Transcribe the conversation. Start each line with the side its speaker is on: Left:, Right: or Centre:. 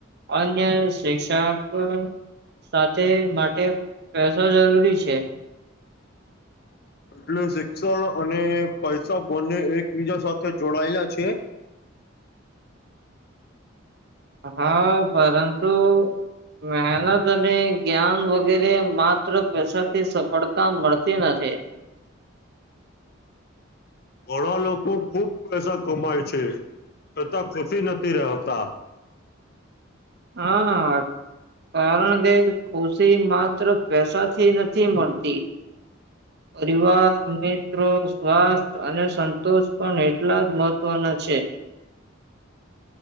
Right: અન્ય શિક્ષકો સાથે માટે પૈસા જરૂરી છે
Left: એટલે શિક્ષણ અને પૈસા બંને એકબીજા સાથે જોડાયેલા છે
Right: હા પરંતુ મહેનત અને જ્ઞાન વગેરે માત્ર પૈસાથી સફળતા મળતી નથી
Left: ઘણા લોકો ખુબ પૈસા કમાય છે છતાં ખુશી નથી રહેતા
Right: હા કારણ કે ખુશી માત્ર પૈસાથી નથી મળતી પરિવાર મિત્રો સ્વાસ્થ અને સંતોષ પણ એટલા જ મહત્વના છે છે